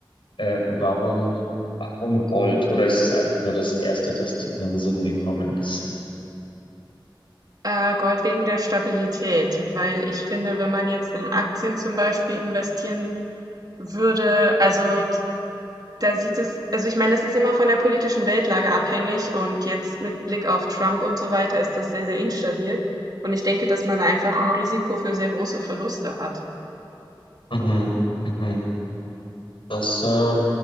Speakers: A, on the left (about 80°); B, on the right (about 50°).
A: Äh, warum, warum Gold? Oder ist es einfach nur das Erste, das dir in den Sinn gekommen ist?
B: Äh, Gold wegen der Stabilität, weil ich finde, wenn man jetzt in Aktien zum Beispiel investieren würde, also da sieht es, also ich meine, das ist immer von der politischen Weltlage abhängig und jetzt mit Blick auf Trump und so weiter ist das sehr, sehr instabil. Und ich denke, dass man einfach ein Risiko für sehr große Verluste hat.
A: Mhm. Mhm. Das äh,